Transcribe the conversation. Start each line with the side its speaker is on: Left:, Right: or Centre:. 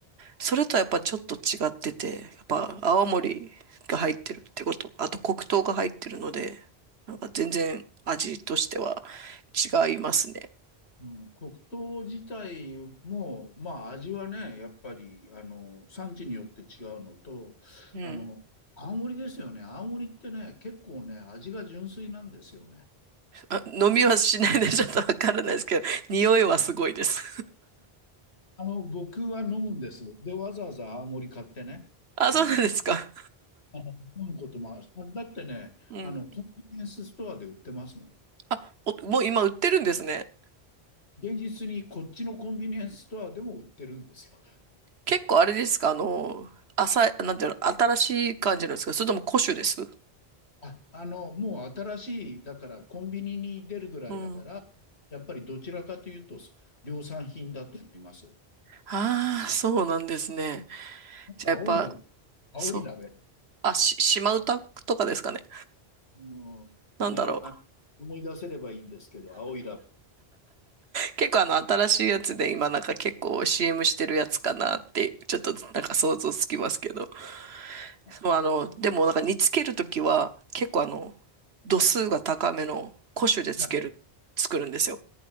Right: それとはやっぱちょっと違ってて、やっぱ青森が入ってるってこと、あと黒糖が入ってるので、なんか全然味としては違いますね。
Left: うん、黒糖自体も、まあ味はね、やっぱり、あの、産地によって違うのと、
Right: うん。
Left: あの、青森ですよね。青森ってね、結構ね、味が純粋なんですよね。
Right: あ、飲みはしないのでちょっとわからないですけど、匂いはすごいです。
Left: あの、僕は飲むんです。で、わざわざ青森買ってね、
Right: あ、
Left: あの、
Right: そうなんですか。
Left: あの飲むこともある。だってね、
Right: うん。
Left: あの、コンビニエンスストアで売ってますもん。
Right: あ、おもう今売ってるんですね。
Left: 現実にこっちのコンビニエンスストアでも売ってるんですよ。
Right: 結構あれですか、あの、浅い、なんていうの、新しい感じなんですかそれとも古酒です
Left: あ、あの、もう新しい、だからコンビニに出るぐらいだから、
Right: うん。
Left: やっぱりどちらかというと量産品だと思います。
Right: ああ、そうなんですね。じゃあやっぱ、
Left: 青いラベ、青いラベ。
Right: そう。あ、し、島唄とかですかね。
Left: うん、
Right: なんだろう。
Left: ね、あ、思い出せればいいんですけど、青いラベ。
Right: 結構あの、新しいやつで今なんか結構 CM してるやつかなって、ちょっとなんか想像つきますけど。
Left: はい、
Right: そうあの、でもなんか煮つけるときは、結構あの、度数が高めの古酒でつける、
Left: はい、
Right: 作るんですよ。